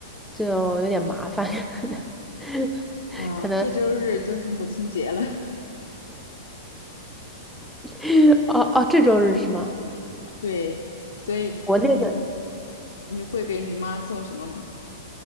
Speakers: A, in the centre; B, on the left.
A: 就有点麻烦。<laughs>
B: 啊，
A: 可能，
B: 这周日就是母亲节了，
A: <laughs> 哦哦，这周日是吗？
B: <laughs> 对，所以你
A: 国内的。
B: 你会给你妈送什么吗？